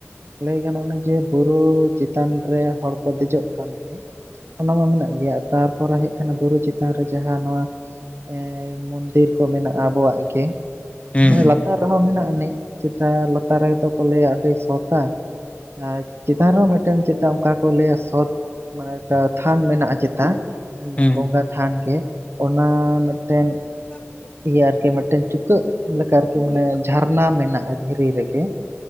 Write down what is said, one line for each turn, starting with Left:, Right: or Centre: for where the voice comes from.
Right: ᱞᱟᱹᱭ ᱜᱟᱱᱚᱜᱼᱟ ᱱᱟ ᱡᱮ ᱵᱩᱨᱩ ᱪᱮᱛᱟᱱ ᱨᱮ ᱦᱚᱲ ᱠᱚ ᱠᱚ ᱫᱮᱡᱚᱜ ᱠᱟᱱ ᱜᱮ ᱚᱱᱟ ᱢᱟ ᱢᱮᱱᱟᱜ ᱜᱮᱭᱟ ᱛᱟᱨᱯᱚᱨᱟ ᱦᱮᱠᱟᱱᱟ ᱵᱩᱨᱩ ᱪᱮᱛᱟᱱ ᱨᱮ ᱡᱟᱦᱟᱸ ᱱᱚᱣᱟ ᱮᱸ ᱢᱚᱱᱫᱤᱨ ᱠᱚ ᱢᱮᱱᱟᱜᱼᱟ ᱟᱵᱚᱣᱟᱜ ᱜᱮ᱾
Left: ᱦᱩᱸ
Right: ᱢᱟᱱᱮ ᱞᱟᱛᱟᱨ ᱨᱮᱦᱚᱸ ᱢᱮᱱᱟᱜ ᱟᱹᱱᱤᱡ ᱪᱮᱛᱟ ᱞᱟᱛᱟᱨ ᱨᱮᱫᱚ ᱠᱚ ᱞᱟᱹᱭᱟ ᱟᱹᱰᱤ ᱥᱛᱟ᱾ ᱟᱨ ᱪᱮᱛᱟᱱ ᱨᱮᱦᱚᱸ ᱢᱤᱫᱴᱮᱱ ᱪᱮᱛᱟᱱ ᱚᱱᱠᱟ ᱠᱚ ᱞᱟᱹᱭᱟ ᱥᱚᱛ ᱢᱟᱱᱮ ᱛᱷᱟᱱ ᱢᱮᱱᱟᱜᱼᱟ ᱪᱮᱛᱟ?
Left: ᱦᱩᱸ
Right: ᱵᱚᱸᱜᱟ ᱛᱷᱟᱱ ᱜᱮ ᱚᱱᱟ ᱢᱤᱫᱴᱮᱱ,
Left: <inaudible>
Right: ᱤᱭᱟᱹ ᱟᱨᱠᱤ ᱢᱤᱫᱴᱮᱱ ᱪᱩᱠᱟᱹᱜ ᱞᱮᱠᱟ ᱟᱨᱠᱤ ᱢᱟᱱᱮ ᱡᱷᱟᱨᱱᱟ ᱢᱮᱱᱟᱜᱼᱟ ᱫᱷᱤᱨᱤ ᱨᱮᱜᱮ᱾